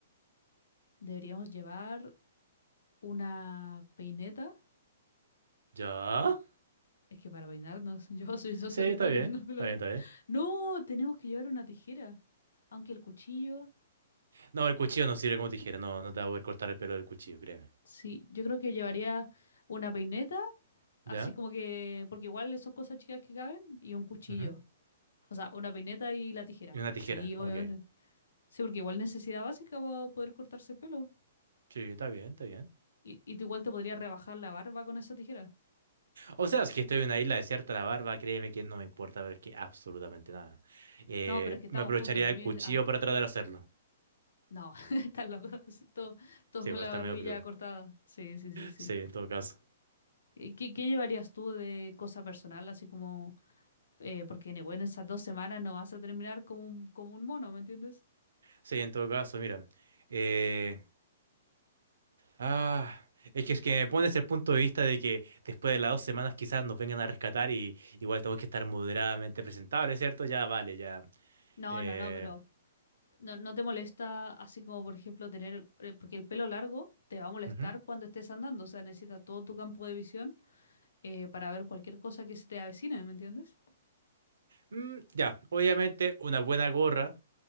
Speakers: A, on the left; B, on the right.
A: deberíamos llevar una peineta.
B: ¿Ya?
A: Es que para peinarnos, <laughs> yo soy yo
B: Sí,
A: sobre
B: está
A: todo
B: bien,
A: que tengo el pelo
B: está
A: largo.
B: bien, está bien.
A: No, tenemos que llevar una tijera. Aunque el cuchillo.
B: No, el cuchillo no sirve como tijera, no, no te va a poder cortar el pelo del cuchillo, créeme.
A: Sí, yo creo que llevaría una peineta, así
B: ¿Ya?
A: como que, porque igual son cosas chicas que caben, y un cuchillo.
B: Ujú.
A: O sea, una peineta y la tijera.
B: Y una tijera,
A: Sí, obviamente.
B: ok.
A: Sí, porque igual necesidad básica para poder cortarse el pelo.
B: Sí, está bien, está bien.
A: Y, y tú igual te podrías rebajar la barba con esa tijera.
B: O sea, si es que estoy en una isla desierta, la barba, créeme que no me importa, pero es que absolutamente nada. Eh,
A: No, pero es que estamos
B: me aprovecharía
A: juntos. A
B: del
A: mí,
B: cuchillo
A: ah,
B: para tratar de hacerlo.
A: no, <laughs> estás loco. así, todo- todos
B: Sí,
A: con
B: va
A: la
B: a estar
A: barbilla
B: medio peludo.
A: cortada. Sí, sí, sí, sí.
B: Sí, en todo caso.
A: Eh, ¿Qué, qué llevarías tú de cosa personal? Así como, eh, porque bueno, en esas dos semanas no vas a terminar como un, como un mono, ¿me entiendes?
B: Sí, en todo caso, mira. eh, ah, es que, es que me pones el punto de vista de que después de las dos semanas quizás nos vengan a rescatar y igual tengo que estar moderadamente presentable, ¿cierto? Ya, vale, ya.
A: No,
B: Eh,
A: no, no, pero no, no te molesta así como por ejemplo tener, eh, porque el pelo largo te va a molestar
B: ujú.
A: cuando estés andando, o sea, necesitas todo tu campo de visión eh, para ver cualquier cosa que se te avecine, ¿me entiendes?
B: Mm, ya, obviamente una buena gorra,